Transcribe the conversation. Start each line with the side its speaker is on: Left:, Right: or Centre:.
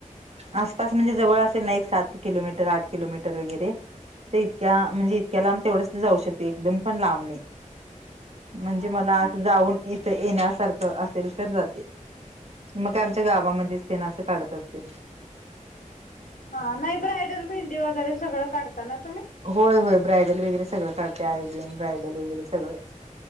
Right: आसपास
Left: हा हा
Right: म्हणजे जवळ सात किलोमीटर आठ किलोमीटर वगैरे
Left: हा
Right: तर इतक्या म्हणजे इतक्याला लांब तेवढंच जाऊ शकते एकदम पण लांबणी
Left: हा
Right: म्हणजे मला
Left: तेच
Right: जाऊन इथं येण्यासारखं असेल तर जाते. मग का आमच्या गावामध्येच तेन असं काढत असते.
Left: हा नाही ब्रायडल मेहंदी वगैरे सगळं काढता ना तुम्ही?
Right: होय होय ब्रायडल वगैरे सगळं काढते आरेबियन ब्रायडल वगैरे सगळंच.